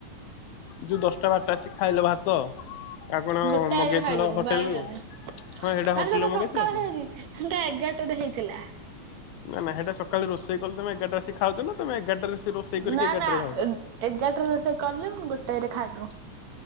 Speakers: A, on the left; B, on the right.
A: ଯୋଉ ଦଶଟା ବାରଟା ଆସିକି ଖାଇଲ ଭାତ ଆଉ କଣ
B: ଗୋଟାଏରେ
A: ମଗେଇଥିଲ
B: ଖାଇଲୁ
A: ହୋଟେଲରୁ
B: ବାରଟାରେ
A: ହଁ ସେଇଟା ହୋଟେଲରୁ
B: ଆରେ ଦେଖ
A: ମଗେଇଥିଲ
B: ସକାଳ
A: କି
B: ଖାଇଛି। ହେନ୍ତା ଏଗାରଟାରେ ହେଇଥିଲା।
A: ନା ନାଁ ହେଟା ସକାଳେ ରୋଷେଇ କଲେ ତମ ଏଗାରଟା ଆସିକ ଖାଉଛ ନା ତମ ଏଗାରଟାରେ ସେ ରୋଷେଇ କରିକି
B: ନା
A: ଏଗାରଟାରେ
B: ନା
A: ଖାଉଛ?
B: ଏଗାରଟରେ ରୋଷେଇ କଲେ ଗୋଟେରେ ଖାଇଲୁ।